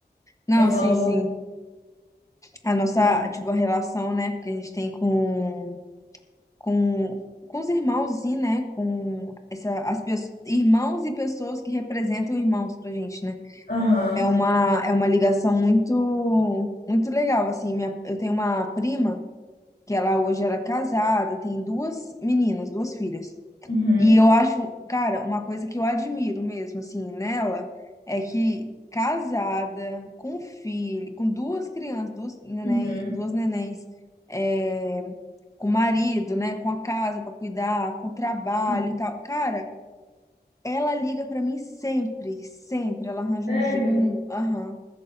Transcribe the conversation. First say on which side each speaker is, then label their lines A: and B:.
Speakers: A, on the left; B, on the left.
A: Não,
B: Você falou.
A: sim, sim. A nossa,
B: hum,
A: tipo, a relação, né, que a gente tem com com, com os irmãos e, né, com essa, as pessoas, irmãos e pessoas que representam irmãos pra gente, né?
B: Aham.
A: É uma, é uma ligação muito, muito legal, assim, minha, eu tenho uma prima que ela hoje era casada, tem duas meninas, duas filhas.
B: uhum.
A: E eu acho, cara, uma coisa que eu admiro mesmo, assim, nela, é que casada, com filho, com duas crianças, duas neném,
B: Uhum.
A: duas nenéns, eh, com o marido, né, com a casa para cuidar, com o trabalho
B: Uhum.
A: e tal. Cara, ela liga para mim sempre, sempre. Ela arranja
B: Sério?
A: um, je- um, aham.